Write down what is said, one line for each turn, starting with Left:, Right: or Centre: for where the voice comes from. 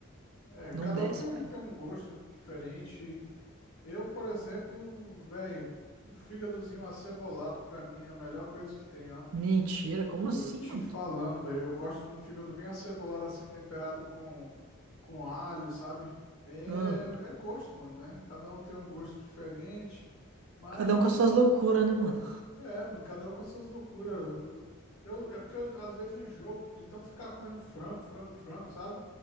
Left: É,
Right: não
Left: cada
Right: desce,
Left: um tem,
Right: pai.
Left: tem um gosto diferente. Eu, por exemplo, velho, um fígadozinho acebolado pra mim é a melhor coisa que tem, ó.
Right: Mentira, como
Left: Tô
Right: assim,
Left: te
Right: mano?
Left: falando, velho. Eu gosto de um fígado bem acebolado, assim, temperado com, com alho, sabe? É,
Right: Ah,
Left: é gosto, mano, né? Cada um tem um gosto diferente. Mas,
Right: cada um com as suas loucuras, né, mano?
Left: é, mano, cada um com as suas loucuras. Eu, eu- é porque eu, às vezes eu enjoo de tanto ficar comendo frango, frango, frango, sabe?